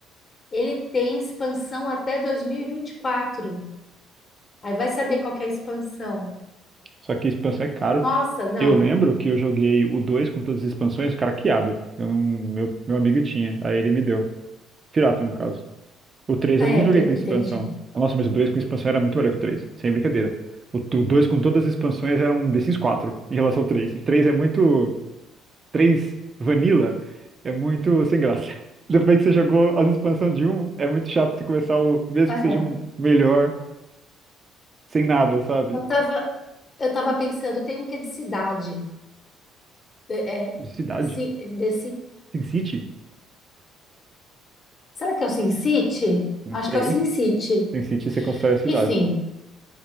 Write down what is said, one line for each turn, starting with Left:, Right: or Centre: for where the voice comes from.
Left: Ele tem expansão até dois mil e e vinte e quatro. Aí vai saber qual que é a expansão.
Right: Só que a expansão é caro.
Left: Nossa, não.
Right: Eu lembro que eu joguei o 2 com todas as expansões craqueado. Eu não- meu, meu amigo tinha. Aí ele me deu. Pirata, no caso. O três
Left: É,
Right: eu não joguei
Left: pe-
Right: com expansão.
Left: entendi.
Right: Nossa, mas o 2 com expansão era muito melhor que o três Sem brincadeira. O t- o 2 com todas as expansões era um The Sims 4 em relação ao três O 3 é muito. três Vanilla é muito sem graça. <laughs> Depois que você jogou as expansões de um, é muito chato você começar o. Mesmo
Left: É,
Right: que seja um melhor, sem nada, sabe?
Left: eu tava, eu tava pensando, tem um que é de cidade. De- É,
Right: Cidade?
Left: si- desse,
Right: Tem City?
Left: será que é o Sin City?
Right: Não
Left: Acho
Right: sei.
Left: que é o Sin City.
Right: Tem City você constrói a cidade.
Left: Enfim,